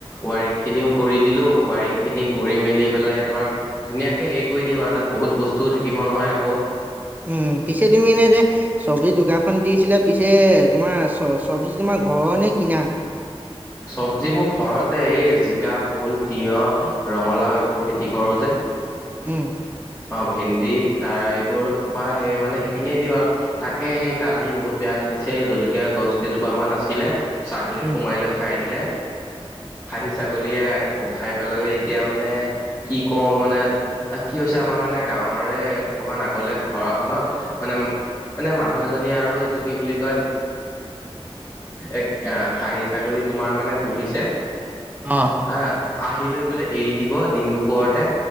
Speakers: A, on the left; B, on the right.
A: ৱাইৰিং খিনিও কৰি দিলো ৱাৰইং খিনি কৰি মেলি পেলাই ধৰ ধুনীয়াকে হেৰি কৰি দিম আৰু তাত বহুত বস্তুও থাকিব নহয় আকৌ।
B: উম পিছে তুমি এনে যে চব্জি দোকানখন দিছিলে পিছে তোমাৰ চ চব্জি তোমাৰ ঘৰৰ নে কিনা?
A: চবজি মোৰ ঘৰতে এই জিকা ভোল তিয়হ ৰঙালাও এইবোৰ খেতি কৰো যে
B: উম।
A: অ ভেন্দি তাৰ এইবোৰ পৰা সেই মানে সেইখিনিয়ে দিওঁ আৰু তাকে সেই কালি বহুত বেয়া লাগিছে জলকীয়া গছ কেইজোপা মান আছিলে ছাগলী
B: উম,
A: সোমাই লৈ খাই দিলে খাহী ছাগলীয়ে আহ খাই পেলালে এতিয়া মানে কি কৰো মানে কি হৈ ছে আমাৰ মানে গাঁৱৰে অকমান আগলে ঘৰখনত মানে মানে মানুহ এজনীয়ে আৰু এইটো কি বুলি কয় এ খাহী ছাগলী তোমাৰ মানে পুহিছে
B: অ
A: হা আহি লৈ পেলাই এৰি দিব দিন দুপৰতে